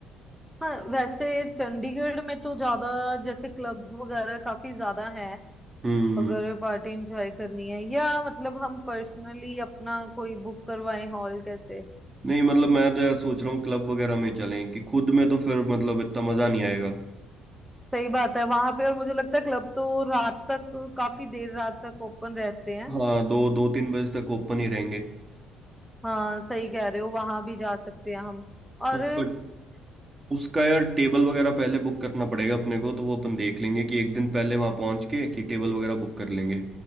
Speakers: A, in the centre; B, on the right (about 20°).
A: हाँ वैसे चंडीगढ़ में तो ज्यादा जैसे क्लब्स वगैरह काफी ज्यादा हैं
B: हम्म
A: अगर पार्टी एंजॉय करनी है या मतलब हम पर्सनली अपना कोई बुक करवाएं हॉल कैसे
B: नहीं मतलब मैं तो यार सोच रहा हूँ क्लब वगैरह में चलें कि खुद में तो फिर मतलब इतना मजा नहीं आएगा
A: सही बात है वहां पे और मुझे लगता है क्लब तो रात तक काफी देर रात तक ओपन रहते हैं
B: हाँ दो दो तीन बजे तक ओपन ही रहेंगे
A: हाँ सही कह रहे हो वहां भी जा सकते हैं हम और
B: हाँ बट उसका यार टेबल वगैरह पहले बुक करना पड़ेगा अपने को तो वो अपन देख लेंगे कि एक दिन पहले वहाँ पहुँच के कि टेबल वगैरह बुक कर लेंगे